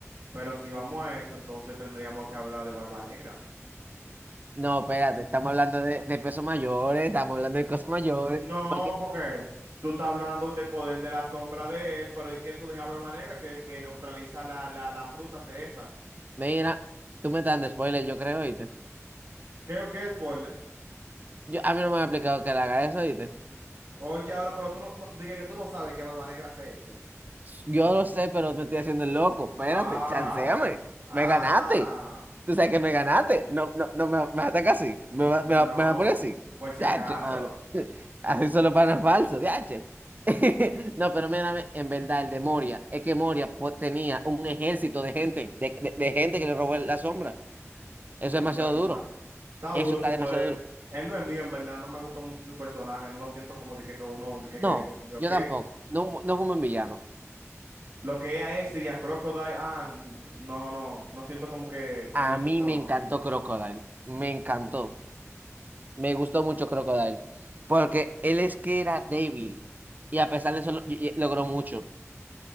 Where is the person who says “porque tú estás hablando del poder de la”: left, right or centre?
Right